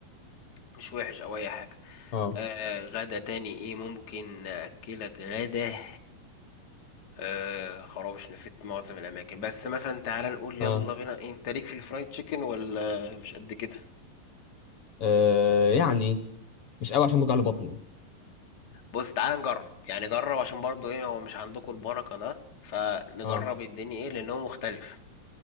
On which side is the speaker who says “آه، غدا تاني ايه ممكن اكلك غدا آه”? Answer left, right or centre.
Left